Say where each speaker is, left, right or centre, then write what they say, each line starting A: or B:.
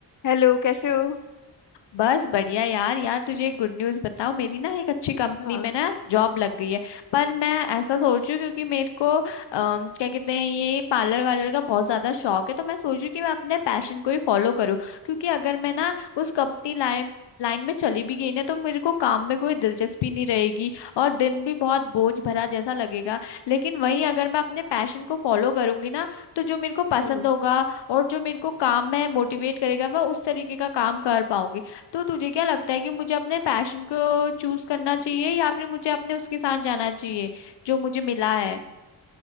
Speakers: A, on the left; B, on the left.
A: Hello कैसे हो
B: बस बढ़िया यार यार तुझे एक गुड न्यूज़ बताऊं मेरी ना एक अच्छी कंपनी
A: हाँ
B: में ना जॉब लग गई है पर मैं ऐसा सोचूं क्योंकि मेरे को अम, क्या कहते हैं ये पार्लर वालर का बहुत ज्यादा शौक है तो मैं सोचूं कि मैं अपने पैशन को ही फॉलो करूं क्योंकि अगर मैं ना उस कंपनी लाइन लाइन में चली भी गई ना तो मेरे को काम में कोई दिलचस्पी नहीं रहेगी और दिन भी बहुत बोझ भरा जैसा लगेगा लेकिन वहीं अगर मैं अपने पैशन को फॉलो करूंगी ना तो जो मेरे को पसंद
A: हम्म।
B: होगा और जो मेरे को काम में मोटिवेट करेगा मैं उस तरीके का काम कर पाऊंगी तो तुझे क्या लगता है कि मुझे अपने पैशन को चूज करना चाहिए या फिर मुझे अपने उसके साथ जाना चाहिए जो मुझे मिला है